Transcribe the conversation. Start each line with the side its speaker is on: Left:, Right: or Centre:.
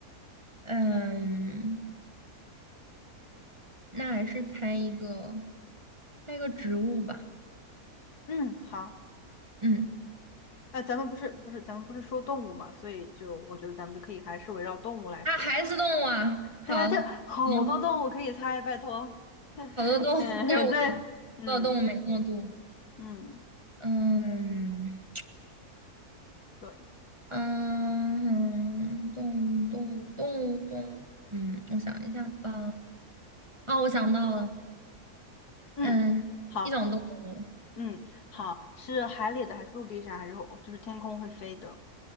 Right: 嗯，那还是猜一个，猜一个植物吧。
Left: 嗯，好，
Right: 嗯，
Left: 呃，咱们不是不是咱们不是说动物嘛，所以就我觉得咱们就可以还是围绕动物来说。
Right: 啊，还是动物啊。好，
Left: 对呀，这好多动物可以猜，
Right: 行，
Left: 拜托。<laughs>
Right: 好多动物，
Left: 嗯，
Right: 但是我可能知道动物没那么多。
Left: 对，嗯嗯，
Right: 嗯
Left: 对，
Right: 嗯，动物动物动物动物，嗯，我想一下吧。啊，我想到了，
Left: 嗯，
Right: 嗯，
Left: 好，
Right: 一种动物，
Left: 嗯好，是海里的还是陆地上还是就是天空会飞的？